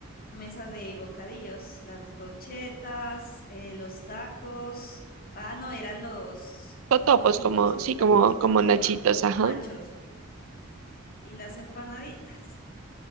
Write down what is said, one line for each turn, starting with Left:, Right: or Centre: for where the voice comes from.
Left: mesa de bocadillos, las brochetas, eh, los tacos. Ah, no, eran los
Right: Totopos,
Left: Doritos,
Right: como,
Left: los
Right: sí,
Left: tacos,
Right: como,
Left: ¿cómo
Right: como
Left: se
Right: nachitos,
Left: llama?
Right: ajá.
Left: Los nachos y las empanaditas.